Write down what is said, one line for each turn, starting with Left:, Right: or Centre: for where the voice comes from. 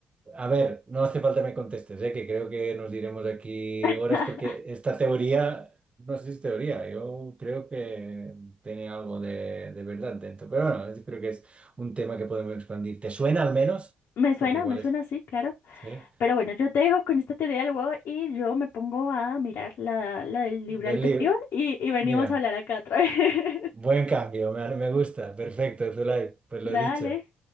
Right: A ver, no hace falta me contestes, ¿eh? Que creo que nos diremos aquí
Left: <laughs>
Right: horas porque esta teoría, no sé si es teoría, yo creo que tiene algo de, de verdad dentro. Pero bueno, yo creo que es un tema que podemos expandir. ¿Te suena al menos?
Left: Me suena,
Right: Porque igual
Left: me
Right: es...
Left: suena, sí, claro.
Right: ¿sí?
Left: Pero bueno, yo te dejo con esta teoría del huevo y yo me pongo a mirar la, la del libre
Right: Del
Left: albedrío
Right: libro.
Left: y, y venimos
Right: Mira,
Left: a hablar acá otra vez. <laughs>
Right: buen cambio, me, me gusta. Perfecto, Zulay. Pues lo
Left: Dale,
Right: dicho.